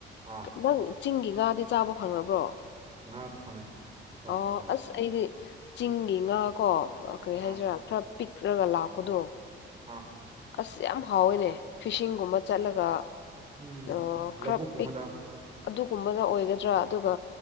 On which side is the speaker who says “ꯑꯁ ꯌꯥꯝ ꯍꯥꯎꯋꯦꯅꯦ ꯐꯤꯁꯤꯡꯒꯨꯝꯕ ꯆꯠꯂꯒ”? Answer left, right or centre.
Left